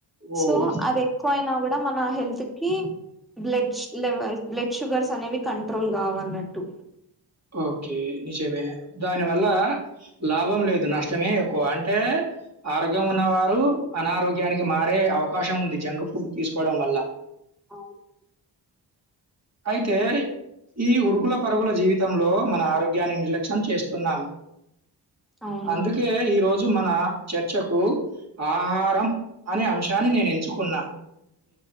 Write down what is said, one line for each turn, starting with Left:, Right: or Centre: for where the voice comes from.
Right: ఓహ్!
Centre: సో అది ఎక్కువ అయిన కూడ మన హెల్త్ కి బ్లడ్ లెవల్ బ్లడ్ షుగర్స్ అనేవి కంట్రోల్ కావన్నట్టు
Right: ఓకే నిజమే దాని వల్లా లాభం లేదు నష్టమే ఎక్కువ అంటే ఆరోగ్యం ఉన్నవారు అనారోగ్యానికి మారే అవకాశం ముంది జంక్ ఫుడ్ తీసుకోవడం వల్ల
Centre: అవును
Right: అయితే ఈ ఉరుకుల పరగుల జీవిత్ తంలో మన ఆరోగ్యాన్ని నిర్లక్ష్యం చేస్తున్నాం
Centre: అవును
Right: అందుకే ఈ రోజు రోజు మన చర్చకు ఆహారం అనే అంశాన్ని నేను ఎంచుకున్న